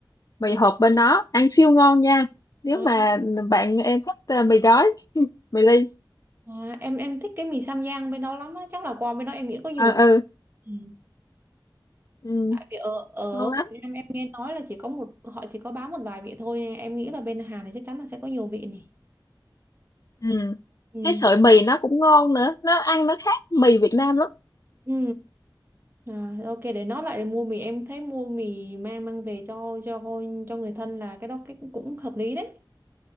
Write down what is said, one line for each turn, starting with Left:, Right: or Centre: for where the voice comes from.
Left: mì
Right: À,
Left: hộp bên đó ăn siêu ngon nha nếu
Right: à,
Left: mà bạn em thích ờ, mì gói mì ly
Right: à, em em thích cái mì Sam Giang bên đó lắm á, chắc là quà bên đó em nghĩ có nhiều.
Left: ờ ừ,
Right: vị. Ừ.
Left: ừ
Right: Vì ở ở
Left: ngon lắm
Right: Việt Nam em nghe nói là chỉ có một họ chỉ có bán một vài vị thôi nên em nghĩ là bên Hàn này chắc chắn là sẽ có nhiều vị này
Left: ừ
Right: ừ
Left: cái sợi mì nó cũng ngon nữa nó ăn nó khác mì Việt Nam lắm
Right: ừ à, ok để nói lại để mua mì em thấy mua mì mang mang về cho cho cho người thân là cái đó cái cũng hợp lý đấy